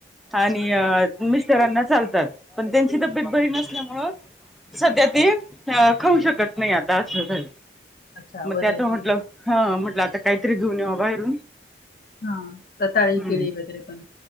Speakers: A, in the centre; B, on the left.
A: आणि मिस्टरांना चालतात पण त्यांची तब्येत बरी नसल्यामुळं सध्या ते खाऊ शकत नाही आता असं
B: अच्छा
A: मग
B: वरळी
A: त्यात म्हटलं हां म्हटलं आता काहीतरी घेऊन यावं बाहेरून.
B: हां रताळी,
A: हम्म
B: केळी वगैरे पण